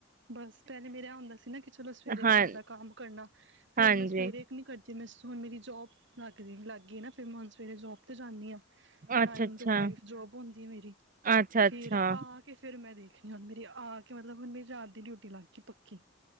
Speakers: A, on the right (about 65°); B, on the right (about 45°).
A: ਬਸ ਪਹਿਲੇ ਮੇਰਾ ਆਉਂਦਾ ਸੀ ਨਾ ਕਿ ਚਲੋ ਸਵੇਰੇ
B: ਹਾਂ
A: ਘਰ ਦਾ ਕੰਮ ਕਰਨਾ ਫਿਰ
B: ਹਾਂਜੀ
A: ਹੁਣ ਮੈਂ ਸਵੇਰੇ ਇੱਕ ਨਹੀਂੀ ਕਰਦੀ ਮੈਂ ਹੁਣ ਮੇਰੀ ਜੋਬ ਨਾ ਇੱਕ ਦਿਨ ਲਾਗੀਈ ਨਾ ਫਿਰ ਮੈਂਹੂਣ ਸਵੇਰੇ ਜੋਬ ਤੇ ਜਾਂਦੀ ਆਾਂ ਨਾਈਨ
B: ਅੱਛਾ ਅੱਛਾ
A: ਟੂ ਫਾਈਵ ਜੋਬ ਹੁੰਦੀ ਮੇਰੀ
B: ਅੱਛਾ
A: ਫੇਿਰ
B: ਅੱਛਾ
A: ਆ ਕੇ ਫੇਿਰ ਮੈਂ ਦੇਖ ਹੁ ਮੇਰੀ ਆ ਕੇ ਮਤਲਬ ਹੁਣ ਮੇਰੀ ਰਾਤ ਦੀ ਡਿਊਟੀ ਲੱਗ ਗਈ ਪਕਕੀ